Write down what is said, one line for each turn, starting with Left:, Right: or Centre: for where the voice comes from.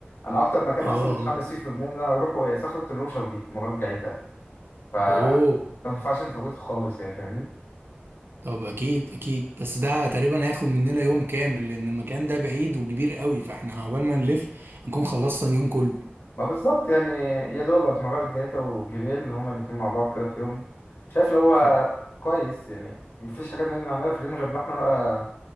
Left: انا اكتر مكان
Right: اه
Left: اصلا متحمس فيه في لبنان ان انا اروحه هي صخرة الروشة ودي مغارة جعيتا ف
Right: اوه
Left: ما ينفعش نفوته خالص يعني فاهمني
Right: طب اكيد اكيد بس ده تقريبا هياخد مننا يوم كامل لان المكان ده بعيد وكبير قوي فاحنا عقبال ما نلف هنكون خلصنا اليوم كله
Left: ما بالظبط يعني يا دوبك مغارة جنيتا وجبال هما الاتنين مع بعض كده في يوم شايف اللي هو
Right: أوك-
Left: كويس يعني مفيش حاجة تانية نعملها في اليوم غير إن احنا بقى